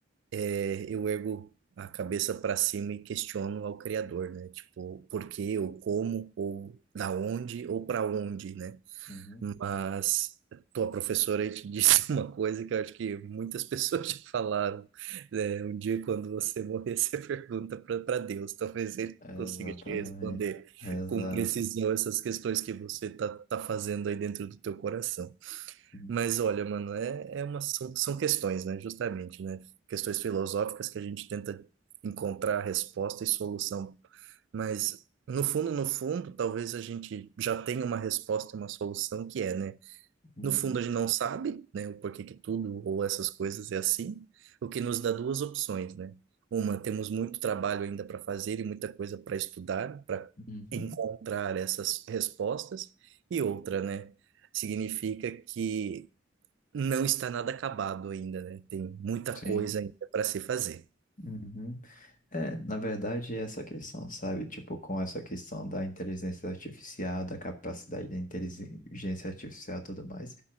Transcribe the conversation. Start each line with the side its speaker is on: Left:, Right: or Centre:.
Right: é, eu ergo a cabeça para cima e questiono ao Criador, né? Tipo, por quê, ou como, ou da onde, ou para onde,
Left: uhum,
Right: né?
Left: uhum.
Right: Mas tua professora aí te disse <laughs> uma coisa que eu acho que muitas pessoas <laughs> já falaram. né? Um dia, quando você morrer, <laughs> você pergunta para Deus. Talvez ele
Left: Exatamente.
Right: consiga te responder
Left: Exato.
Right: com precisão essas questões que você tá, tá fazendo aí dentro do teu coração.
Left: Uhum,
Right: Mas olha, mano, é, é uma, são, são questões, né? Justamente, né? Questões filosóficas que a gente tenta encontrar resposta e solução. Mas, no fundo, no fundo, talvez a gente já tenha uma resposta e uma solução que é, né?
Left: uhum,
Right: No fundo, a gente não sabe, né, o porquê que tudo ou essas coisas é assim, o que nos dá duas opções, né? Uma, temos muito trabalho ainda para fazer e muita coisa para estudar, para
Left: uhum.
Right: encontrar essas respostas, e outra, né, significa que não está nada acabado ainda, né? Tem muita
Left: Sim.
Right: coisa ainda para se fazer.
Left: Uhum. É, na verdade, é essa questão, sabe? Tipo, com essa questão da inteligência artificial, da capacidade da inteligência artificial e tudo mais,